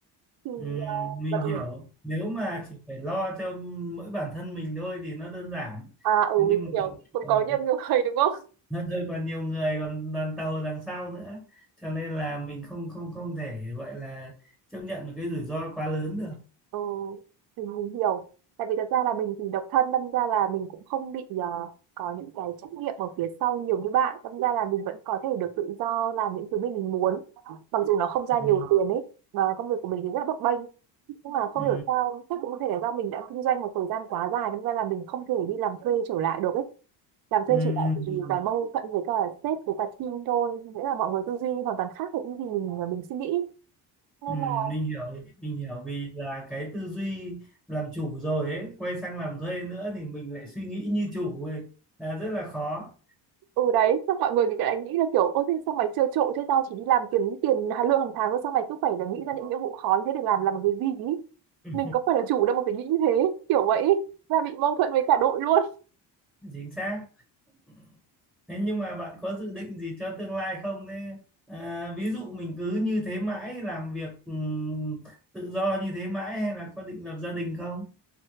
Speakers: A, on the right; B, in the centre.
A: thì
B: Ừm,
A: uh,
B: mình
A: và mình
B: hiểu nếu mà chỉ phải lo cho mỗi bản thân mình thôi thì nó đơn giản
A: <laughs> à ừ
B: Thế nhưng
A: mình
B: mà
A: hiểu cũng
B: ờ,
A: có nhiều người đúng không
B: Nó rơi còn nhiều người còn đoàn tàu đằng sau nữa cho nên là mình không không không thể gọi là chấp nhận một cái rủi ro quá lớn được
A: Ừ, thì mình hiểu. Tại vì thật ra là mình thì độc thân, đâm ra là mình cũng không bị ờ, có những cái trách nhiệm ở phía sau nhiều như bạn. Đâm ra là mình vẫn có thể được tự do làm những thứ mình mình muốn. Mặc dù nó không ra
B: ừ.
A: nhiều tiền ấy, mà công việc của mình thì rất là bấp bênh. Nhưng mà không
B: Ừ.
A: hiểu sao, chắc cũng có thể là do mình đã kinh doanh một thời gian quá dài, đâm ra là mình không thể đi làm thuê trở lại được ấy. Làm thuê
B: Ừ.
A: trở lại
B: Ừ.
A: thì toàn mâu thuẫn với cả sếp với cả team thôi. Nghĩa là mọi người tư duy hoàn toàn khác với những gì mình, mình suy nghĩ. Nên
B: Ừ.
A: là
B: mình hiểu mình hiểu vì là cái tư duy làm chủ rồi ấy quay sang làm thuê nữa thì mình lại suy nghĩ như chủ ấy là rất là khó
A: ừ đấy xong mọi người thì lại nghĩ là kiểu ôi thế sao mày trơ trội thế tao chỉ đi làm kiếm tiền hà- lương hàng tháng thôi sao mày cứ phải là nghĩ ra những nhiệm vụ khó như thế để làm làm một cái gì ý?
B: Ừ,
A: mình có phải là chủ đâu mà phải nghĩ như thế kiểu vậy ý. ra bị mâu thuẫn với cả đội luôn
B: chính xác Ừ. Thế nhưng mà bạn có dự định gì cho tương lai không? Thế à, ví dụ mình cứ như thế mãi làm việc ừm, tự do như thế mãi hay là có định lập gia đình không?